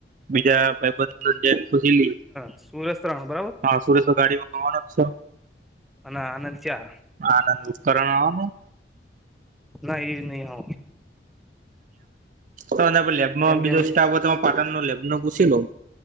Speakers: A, on the right (about 45°); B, in the centre.
A: બીજા ભાઈબંધ જે ખુશીલી.
B: સૂર્યસ્ત્રાણ બરાબર.
A: હા સુરેશ ગાડીમાં હોવાનો જ છે,
B: અને આનંદ ચાર
A: આનંદ. કરણ ઓનું?
B: ના એ નહી હ.
A: તો લેબમાં
B: કેમ
A: બીજો
B: કેમ
A: સ્ટાફ હો પાટણ ન લેબ નો પૂછ લો.